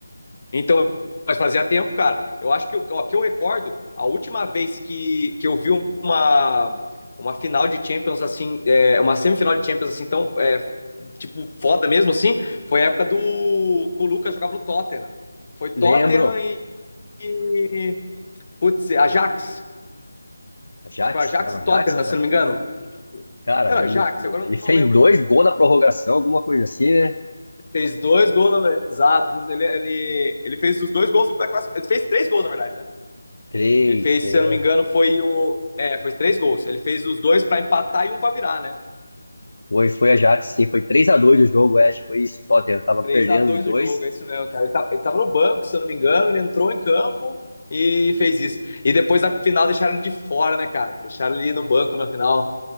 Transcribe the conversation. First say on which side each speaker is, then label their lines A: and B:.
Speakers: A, on the left; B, on the left.
A: então, mas fazia tempo, cara. Eu acho que, ó, que eu recordo, a última vez que, que eu vi uma, uma final de Champions, assim, é, uma semifinal de Champions, assim, tão, é, tipo, foda mesmo, assim, foi a época do... que o Lucas jogava no Tottenham. Foi Tottenham
B: Lembro.
A: e... E, Putz, é Ajax.
B: Ajax?
A: Acho que foi Ajax
B: Era o
A: e
B: Ajax,
A: Tottenham,
B: cara?
A: se não me engano.
B: Cara,
A: Era
B: no-
A: Ajax,
B: no-
A: agora
B: ele
A: eu
B: fez
A: não lembro.
B: dois gols na prorrogação, alguma coisa assim, né?
A: Fez dois gols, na... exato. Ele, ele, ele fez os dois gols da classificação. Ele fez três gols, na verdade, né?
B: Três,
A: Ele fez,
B: é.
A: se eu não me engano, foi o. É, foi três gols. Ele fez os dois pra empatar e um pra virar, né?
B: Foi, foi Ajax, sim. Foi três a dois o jogo, é, acho que foi isso. Tottenham tava
A: 3
B: perdendo
A: a 2
B: de dois.
A: o jogo, é isso mesmo, cara. Ele, tá, ele tava no banco, se eu não me engano, ele entrou em campo e fez isso. E depois na final deixaram ele de fora, né, cara? Deixaram ele no banco na final.